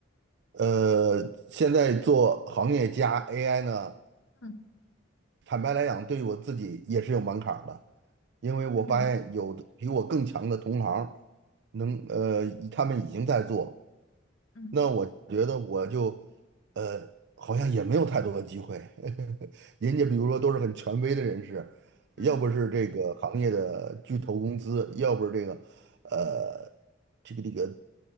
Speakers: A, on the right; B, on the left.
A: 呃，现在做行业加 AI 呢，
B: 嗯
A: 坦白来讲，对于我自己也是有门槛儿的，因为我发现有的比我更强的同行，
B: 嗯
A: 能，呃，他们已经在做，
B: 嗯
A: 那我觉得我就，呃，好像也没有太多的机会。<laughs> 人家比如说都是很权威的人士，要不是这个行业的巨头公司，
B: 嗯
A: 要不是这个，呃，这个这个